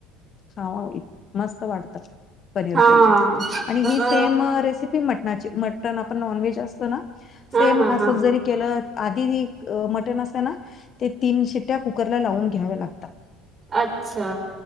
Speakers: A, on the left; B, on the right.
A: खावाव इत-मस्त वाटत. पनीर
B: हा
A: पोलाव, आणि
B: हा
A: ही सेम रेसिपी मटणाची, मटण आपण नॉनव्हेज असतं ना. सेम
B: हा
A: अस
B: हा
A: ज के आध मटन अस ना तीन शिट्या कुक- लावून घ्यावे लागतात.
B: अच्छा.